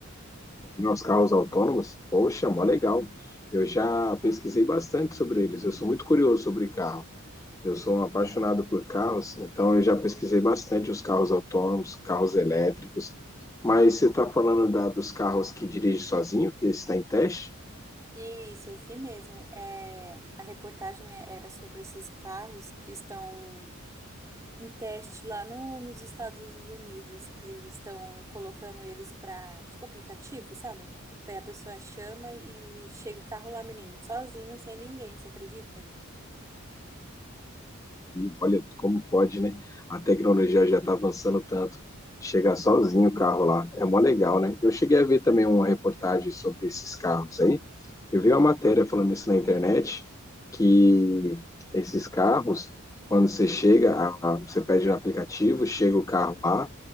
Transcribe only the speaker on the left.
Meus carros autônomos? Poxa, mó legal. Eu já pesquisei bastante sobre eles. Eu sou muito curioso sobre carro. Eu sou um apaixonado por carros, então eu já pesquisei bastante os carros autônomos, carros elétricos. Mas você está falando da, dos carros que dirige sozinho, que está em teste?
E olha como pode, né? A tecnologia já está avançando tanto. Chega sozinho o carro lá, é mó legal, né? Eu cheguei a ver também uma reportagem sobre esses carros aí. Eu vi uma matéria falando isso na internet, que esses carros, quando você chega, a- a- você pede no aplicativo, chega o carro lá,